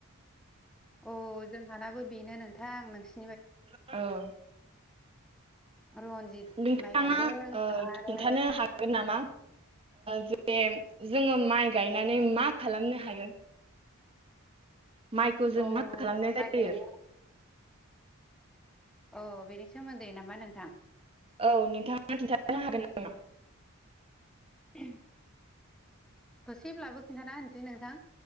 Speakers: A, in the centre; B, on the right.
A: अ जोंहानाबो बेनो नोंथां नोंसि
B: औ
A: रनजित
B: नोंथाङा
A: माइ गायदों आरो
B: खिन्थानो हागोन नामा ज बेे जोङो माइ गायनानै मा खालामनो हायो माइखौ जों
A: औ
B: मा खालामनाय
A: माइ
B: जायो?
A: गायनाय अ बेनि सोमोन्दै नामा नोंथां?
B: औ नोंथाङा खिन्थानो हागोन नामा?
A: ए दसैब्लाबो खिन्थाना होनसै नोंथां